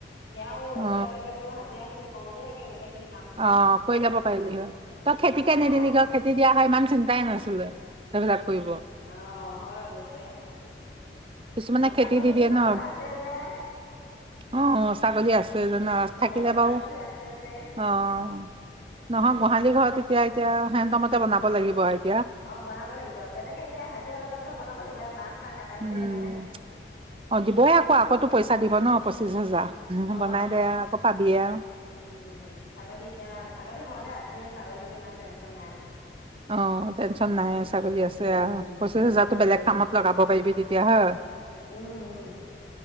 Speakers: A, on the left; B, on the right.
A: সেয়াও একেলগে
B: অ
A: বোলো হাজিৰা খিনি কওঁতেই একে গোটেইখিনি
B: অ' কৰি ল'ব পাৰিলি হয়। তই খেতিকে
A: অ নাই
B: নিদিলি কিয়? খেতি দিয়া হয় ইমান চিন্তাই নাছিলে সেইবিলাক। কৰিব
A: অহ! হয় অৱশ্যে।
B: কিছুমানে
A: নাই
B: খেতি
A: ছাগলীতো
B: দি দিয়ে
A: ঘৰতে
B: ন'?
A: আছে যে
B: অ' ছাগলী আছে জা <unintelligible> নাথাকিলে
A: অ
B: বাৰু,
A: ছাগলী আছে যে
B: অ'। অ'। নহয়, গোহালি ঘৰতোতে এতিয়া সেহেন্ত মতে বনাব লাগিব আ
A: অ' বনাব লাগিব। তেনেকে এতিয়া হাজিৰা লগাই পেলাই বনাব লাগিব, এয়া বাঁহ চাহ কাটাইছোঁ
B: উম
A: সেইকাৰণে।
B: অ' দিবই আকৌ, আকৌ টো পইচা দিব ন'। পঁচিশ <unintelligible> ঘৰটো
A: অ
B: বনাই দে, আকৌ পাবিয়ে আওঁ।
A: উম, ছাগলী এতিয়া! ছাগলী ঘৰতে আছেই। ছাগলীতো ইমান টেনচন নাই।
B: অহ টেনচন নাই
A: উম
B: ছাগলী আছে
A: উম
B: আওঁ, পঁচিশ
A: ছাগলী
B: হাজাৰতো
A: আছে
B: বেলেগ কামত লগাব পাৰিবি তেতিয়া হয়?
A: উম উম